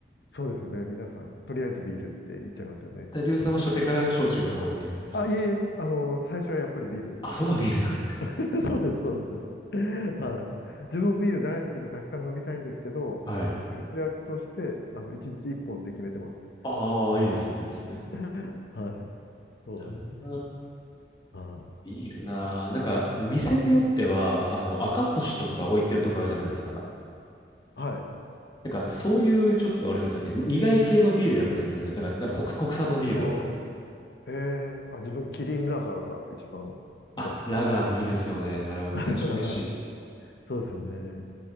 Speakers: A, on the left (about 60°); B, on the left (about 25°).
A: そうですよね。皆さん、とりあえずビールって言っちゃいますよね。
B: で、リュウさんは初手から焼酎が多いって感じです。
A: あ、いえいえ、あの、最初はやっぱりビールです。
B: あ、そこはビールなんですね。
A: <laughs> そうです、そうです。はい。自分もビール大好きでたくさん飲みたいんですけど、
B: はい。
A: あの、節約として、あの、1日1本っぽんって決めてます。
B: ああ、いいですね、いいですね。
A: <laughs> はい。そうなんです。
B: なるほどな。
A: はい。
B: ビールな。なんか、店によっては、あの、赤星とか置いてるとこあるじゃないですか。
A: はい。
B: なんか、そういうちょっとあれですよね。苦い系のビールがやっぱ好きなんですよ。なんか、あの国、国産のビールだと。
A: ああ、へえ、あ、自分、キリンラガーが一番大好きです。
B: あ、ラガーもいいですよね。あれ、めちゃくちゃ美味しい。
A: <laughs> ああそうですよね。